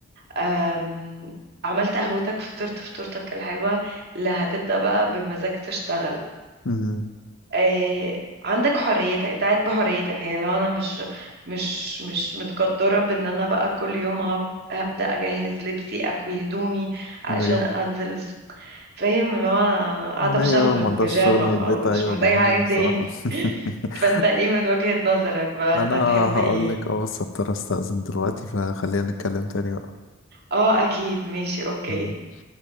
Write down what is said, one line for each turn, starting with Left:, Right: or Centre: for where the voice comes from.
Right: أم... عملت قهوتك فطرت فطورتك الحلوة اللي هتبدأ بقى بمزاج تشتغل
Left: مم،
Right: آه، عندك حريتك انت قاعد بحريتك يعني لو انا مش مش مش متقدره بان انا بقى كل يوم هب- هبدا اجهز لبسي اكوي هدومي علشان
Left: ايوه
Right: انزل الس- فاهم اللي هو انا قاعده
Left: ايوه
Right: بشتغل بالبيجامه
Left: ما رضاش الشغل من
Right: فمش
Left: البيت ايوه
Right: محتاجه
Left: جميل
Right: حاجه
Left: الصراحه
Right: تاني <laughs>
Left: <laughs>
Right: فانت ايه من وجهة نظرك بقى
Left: انا
Right: انت هتحب
Left: هقول
Right: ايه
Left: لك اه بس هضطر استأذن دلوقتي فخلينا نتكلم تاني
Right: اه اكيد ماشي اوكي
Left: بقى